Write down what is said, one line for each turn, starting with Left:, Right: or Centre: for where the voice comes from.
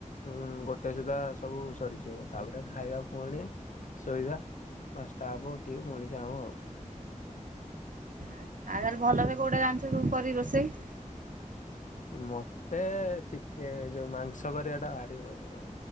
Left: ଉଁ ଗୋଟେ ସୁଦ୍ଧା ସବୁ ସରିଯିବ ତାପରେ ଖାଇବା ପୁଣି। ଶୋଇବା ପାଞ୍ଚଟା ହେବ ଉଠିକି ପୁଣି ଯାଉଁ ଆଉ।
Right: ଆଚ୍ଛା ଆଉ ତାହେଲେ ଭଲରେ କୋଉଟା ଜାଣିଛୁ କରି ରୋଷେଇ?
Left: ମତେ ଚିକେ ଯୋଉ ମାଂସ କରିବା ଟା ଭାରି ଭଲ।